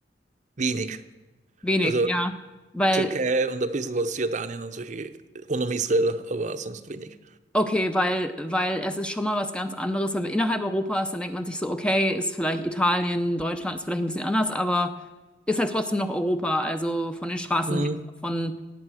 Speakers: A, on the right; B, in the centre.
A: Wenig.
B: Wenig,
A: Also
B: ja. Weil
A: Türkei und ein bisschen was Jordanien und solche rund um Israel, aber sonst wenig.
B: Okay, weil, weil es ist schon mal was ganz anderes. Wenn man innerhalb Europas, dann denkt man sich so, okay, ist vielleicht Italien, Deutschland ist vielleicht ein bisschen anders, aber ist halt trotzdem noch Europa. Also von den Straßen
A: Mhm.
B: her, von,